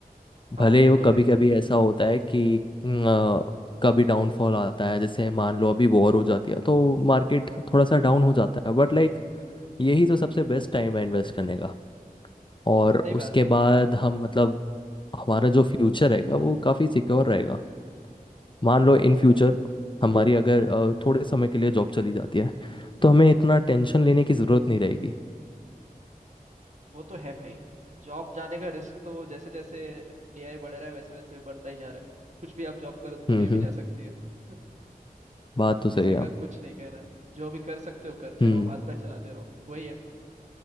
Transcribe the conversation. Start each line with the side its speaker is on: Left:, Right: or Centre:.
Right: हाँ
Left: भले
Right: वो
Left: वो
Right: तो
Left: कभी
Right: है
Left: कभी ऐसा होता है कि न, अ, कभी डाउनफॉल आता है जैसे मान लो अभी वॉर हो जाती है तो मार्केट थोड़ा सा डाउन हो जाता है बट लाइक यही तो सबसे बेस्ट टाइम है इन्वेस्ट करने का और
Right: सही बात
Left: उसके
Right: है
Left: बाद हम मतलब हमारा जो फ्यूचर रहेगा वो काफ़ी सिक्योर रहेगा मान लो इन फ्यूचर हमारी अगर अ, थोड़े समय के लिए जॉब चली जाती है
Right: हम्म
Left: तो हमें इतना टेंशन लेने की ज़रूरत नहीं रहेगी
Right: वो तो है भाई जॉब जाने का रिस्क तो जैसे जैसे एआई बढ़ रहा है वैसे वैसे बढ़ता ही जा रहा है कुछ भी आप जॉब करो तो
Left: हम्म
Right: कभी भी
Left: हम्म
Right: जा सकती है <laughs>
Left: बात तो सही
Right: किसी
Left: है
Right: का कुछ नहीं कहना है जो भी कर सकते हो करते
Left: हम्म
Right: रहो हाथ पैर चलाते रहो वही है